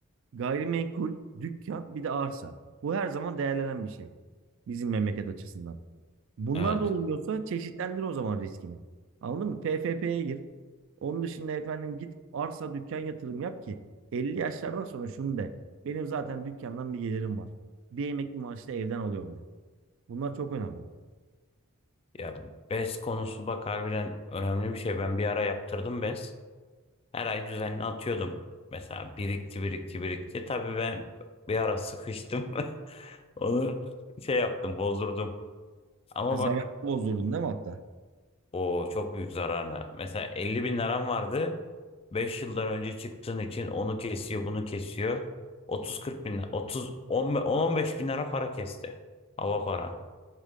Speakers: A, on the right; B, on the left.
A: Gayrimenkul, dükkan, bir de arsa. Bu her zaman değerlenen bir şey. Bizim memleket açısından. Bunlar
B: evet.
A: da olmuyorsa çeşitlendir o zaman riskini. Anladın mı? PFP'ye gir. Onun dışında efendim git arsa dükkan yatırım yap ki 50 yaşlardan sonra şunu de. Benim zaten dükkandan bir gelirim var. Bir emekli maaşla evden alıyorum de. Bunlar çok önemli.
B: Ya bez konusu bak harbiden önemli bir şey. Ben bir ara yaptırdım bez. Her ay düzenli atıyordum. Mesela birikti birikti birikti. Tabii ben bir ara sıkıştım. <laughs> Onu şey yaptım, bozdurdum. Ama
A: Ha, Zamanı
B: bak
A: bozdurdun değil mi hatta?
B: o çok büyük zararla. Mesela 50 bin liram vardı. beş yıldan önce çıktığın için onu kesiyor, bunu kesiyor. 30-40 bin, 30, 10-15 bin lira para kesti. Hava para.